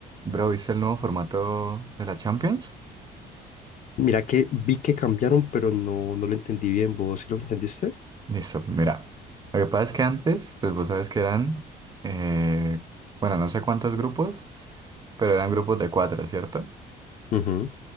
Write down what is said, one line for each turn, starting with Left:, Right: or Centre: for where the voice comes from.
Right: Bro, ¿viste el nuevo formato de la Champions?
Left: Mira que vi que cambiaron, pero no, no lo entendí bien. ¿Vos sí lo entendiste?
Right: Listo, mira. Lo que pasa es que antes, pues vos sabes que eran, eh, bueno, no sé cuántos grupos, pero eran grupos de cuatro, ¿cierto?
Left: Ujú.